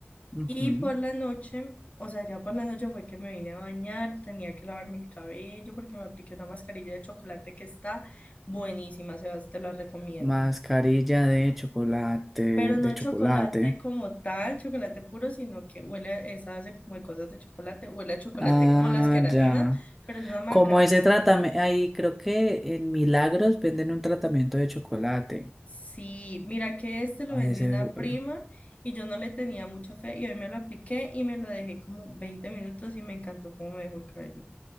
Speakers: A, in the centre; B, on the left.
A: Ujú.
B: Y por la noche, o sea, ya por la noche fue que me vine a bañar, tenía que lavarme el cabello porque me apliqué una mascarilla de chocolate que está buenísima, Sebas, te la recomiendo.
A: Mascarilla de chocolate,
B: Pero
A: de
B: no
A: chocolate.
B: chocolate como tal, chocolate puro, sino que huele, a- esa hace como de cosas de chocolate, huele a chocolate
A: Ah,
B: como las queratinas,
A: ya.
B: pero es una maca-
A: Como ese
B: mascarilla.
A: tratamiento, ahí creo que en Milagros venden un tratamiento de chocolate.
B: Sí, mira que este lo
A: Ay,
B: vendí
A: ese,
B: una prima
A: eh,
B: y yo no le tenía mucha fe y hoy me lo apliqué y me lo dejé como 20 minutos y me encantó cómo me dejó el cabello.